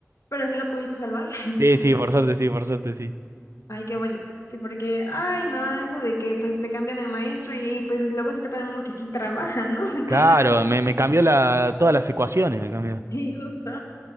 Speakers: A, on the left (about 75°); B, on the right (about 60°).
A: Pero sí la pudiste salvar. <laughs>
B: Sí, sí, por suerte, sí, por suerte, sí.
A: Ay, qué bueno. Sí, porque, ay, no, eso de que pues te cambian el maestro y pues luego sí te ponen uno que sí trabaja, ¿no? <laughs> Entonces,
B: Claro, me, me cambió la, todas las ecuaciones, me cambió.
A: sí, justo.